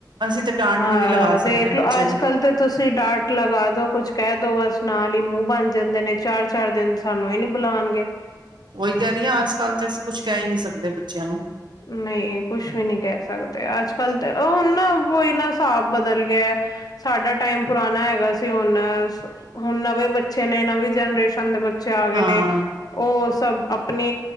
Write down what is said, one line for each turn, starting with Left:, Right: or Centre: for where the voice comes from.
Right: ਅਸੀਂ ਤੇ ਡਾਂਟ
Left: ਹਾਂ
Right: ਵੀ ਨਹੀਂ ਲਗਾ ਸਕਦੇ
Left: ਦੇਖ ਲੋ
Right: ਬੱਚੇ
Left: ਅੱਜ
Right: ਨੂੰ।
Left: ਕੱਲ੍ਹ ਤਾਂ ਤੁਸੀਂ ਡਾਟ ਲਗਾ ਦੋ ਕੁਝ ਕਹਿ ਦੋ ਬਸ ਨਾਲ ਹੀ ਮੂੰਹ ਬਣ ਜਾਂਦੇ ਨੇ ਚਾਰ ਚਾਰ ਦਿਨ ਸਾਨੂੰ ਨੀ ਬੁਲਾਉਣਗੇ।
Right: ਉਹੀ ਕਹਿ ਰਹੀ ਹਾਂ ਅੱਜ ਕੱਲ੍ਹ ਤਾਂ ਅਸੀਂ ਕੁੱਛ ਕਹਿ ਹੀ ਨਹੀਂ ਸਕਦੇ ਬੱਚਿਆਂ ਨੂੰ।
Left: ਨਹੀਂ ਕੁਛ ਵੀ ਨਹੀਂ ਕਹਿ ਸਕਦੇ ਅੱਜ ਕੱਲ ਤਾਂ ਹੁਣ ਨਾਈ ਨਾ ਹਿਸਾਬ ਬਦਲ ਗਿਆ। ਸਾਡਾ ਟਾਈਮ ਪੁਰਾਣਾ ਹੈਗਾ ਸੀ ਹੁਣ - ਹੁਣ ਨਵੇਂ ਬੱਚੇ ਨੇ ਨਵੀਂ ਜਨਰੇਸ਼ਨ ਦੇ। ਆ ਗਏ
Right: ਹਾਂ
Left: ਨੇ ਉਹ ਸਭ ਆਪਣੀ